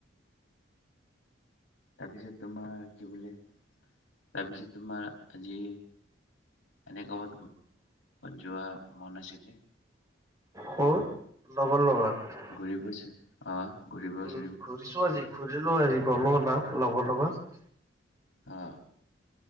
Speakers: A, on the left; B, on the right.
A: তাৰপিছত তোমাৰ কি বোলে। তাৰপিছত তোমাৰ আজি এনে কবাত যোৱা মন আছিল নে।
B: ক'ত? লগৰ লগত'
A: ঘূৰিব আছে অ ঘূৰিব
B: উম,
A: আছে।
B: ঘূৰিছো আজি ঘূৰিলো আজি গলো নাপ লগৰ লগত
A: অ